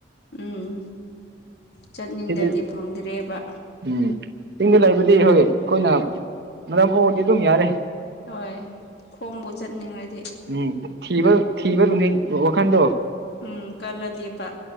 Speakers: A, on the left; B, on the right.
A: ꯎꯝ ꯆꯠꯅꯤꯡꯗꯗꯤ
B: ꯁꯤꯗꯤ
A: ꯐꯪꯗ꯭ꯔꯦꯕ
B: ꯎꯝ ꯆꯤꯡꯗ ꯂꯩꯕꯗꯤ ꯍꯣꯏ ꯑꯩꯈꯣꯏꯅ ꯃꯔꯝ ꯑꯣꯏꯔꯗꯤ ꯑꯗꯨꯝ ꯌꯥꯔꯦ
A: ꯍꯣꯏ ꯈꯣꯕꯨ ꯆꯠꯅꯤꯡꯉꯥꯏ
B: ꯎꯝ ꯊꯤꯕ ꯊꯤꯕ ꯂ ꯋꯥꯈꯟꯗꯣ
A: ꯎꯝ ꯀꯂꯗꯤꯄꯥ